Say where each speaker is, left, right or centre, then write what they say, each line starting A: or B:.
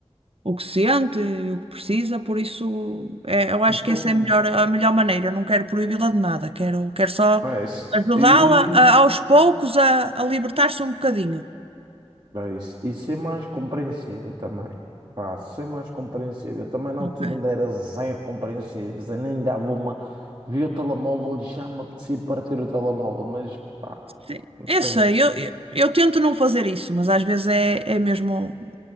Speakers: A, on the right; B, on the right.
A: o que sente, o que precisa, por isso é, eu acho
B: Então,
A: que essa é a melhor, a melhor maneira. Não quero proibi-la de nada, quero, quero só
B: é isso.
A: ajudá-la
B: e
A: a- aos poucos a, a libertar-se um bocadinho.
B: É isso. E ser mais compreensível também. Pá, ser mais compreensível. Eu também na altura
A: Ok.
B: ainda era zero compreensível. Eu nem dava uma. Vi o telemóvel e já me apetecia partir o telemóvel. Mas pá,
A: Sim, Eu
B: tens,
A: sei, eu, eu, eu tento não fazer isso, mas às vezes é, é mesmo.